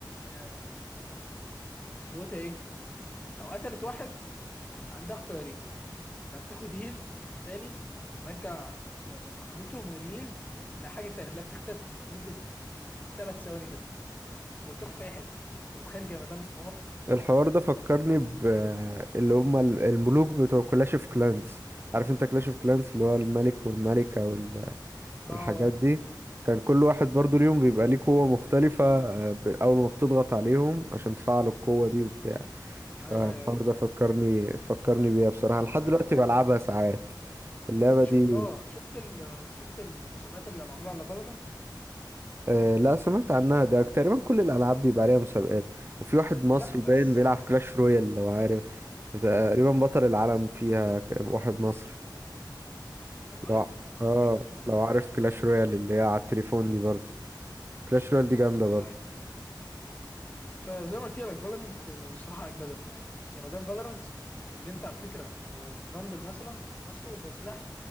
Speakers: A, on the left; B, on the right.
A: آه، ال- قوتها ايه لو قتلت واحد عندها اختيارين لا بتاخد هيل تاني ترجع اللي فقدته من الهيل لحاجه تانية لا بتختفي لمده ثلاث ثواني كده وتروح في اي حته انت متخيل جمدان الحوار
B: الحوار ده فكرني ب اللي هم ال- الملوك بتوع كلاش اوف كلانس عارف انت كلاش اوف كلانس اللي هو الملك والملكة وال-
A: اه
B: والحاجات دي كان كل واحد برضو اليوم بيبقى ليه قوة مختلفة آه، ب- أول ما بتضغط عليهم عشان تفعلوا القوة دي وبتاع فالحوار
A: ايوه ايوه ايوه
B: ده فكرني فكرني بيها بصراحة لحد
A: فانت
B: دلوقتي بلعبها ساعات اللعبة دي
A: شفت اه شفت ال... شفت المسابقات اللي معموله على فالورانت
B: آه لا سمعت عنها ده تقريبا كل الألعاب بيبقى عليها مسابقات وفي واحد مصري
A: لا بس
B: باين بيلعب كلاش رويال لو عارف تقريبا بطل العالم فيها ك- واحد مصري
A: والله
B: لو ع-
A: ما اعرفش
B: اه
A: الحوار
B: لو
A: ده
B: عارف كلاش رويال اللي هي على التليفون دي برضه كلاش رويال دي جامدة
A: ايوه
B: برضه
A: أيوه. فزي ما قلت لك فالورنت الصراحه اجمدهم يعني جمدان فالورنت اللي انت على فكره فاندل مثلا انت ماسكه ده سلاح